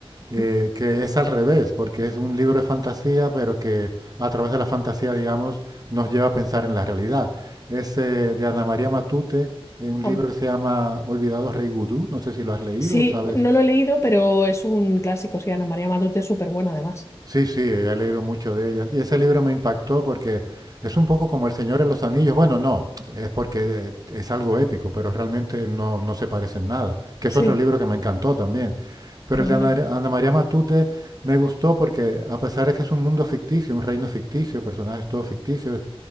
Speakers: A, on the right; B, on the left.
A: eh,
B: Mm.
A: que es al revés, porque es un libro de fantasía, pero que a través de la fantasía, digamos, nos lleva a pensar en la realidad. Es eh, de Ana María Matute, eh, un
B: Am.
A: libro que se llama Olvidados Rey Gudú, no sé si lo has leído
B: Sí,
A: o sabes.
B: no lo he leído, pero es un clásico, sí, Ana María Matute es súper buena además.
A: Sí, sí, he leído mucho de ellas. Y ese libro me impactó porque es un poco como El Señor de los Anillos. Bueno, no, es porque eh, es algo épico, pero realmente no, no se parecen nada. Que
B: Sí,
A: es otro libro que me encantó también. Pero
B: qué bueno.
A: el de Ana, Ana María Matute me gustó porque, a pesar de que es un mundo ficticio, un reino ficticio, personajes todos ficticios,